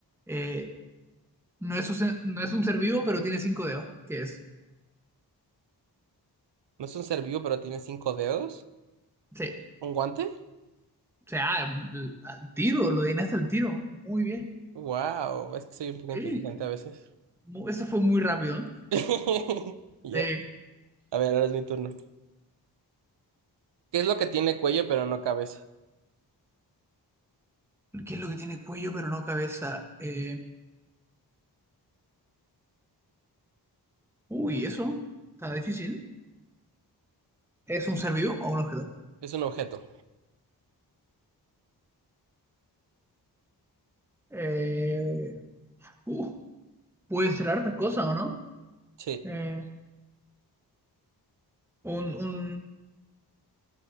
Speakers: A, in the centre; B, on the right.
A: Eh, no, es un, ser- no es un ser vivo, pero tiene cinco dedos, que es...
B: ¿No es un ser vivo, pero tiene cinco dedos?
A: Sí,
B: ¿Un guante?
A: o sea, al al tiro, lo adivinaste al tiro. Muy bien.
B: Wow, es que soy un poco
A: Sí,
B: inteligente a veces.
A: mu- eso fue muy rápido. ¿no?
B: <laughs> Ya.
A: Sí.
B: A ver, ahora es mi turno. ¿Qué es lo que tiene cuello pero no cabeza?
A: ¿Qué es lo que tiene cuello, pero no cabeza? Eh, uy, eso está difícil. ¿Es un ser vivo o un objeto?
B: Es un objeto.
A: Eh, uh, puede ser hartas cosas, ¿o no?
B: Sí.
A: Eh, un, un,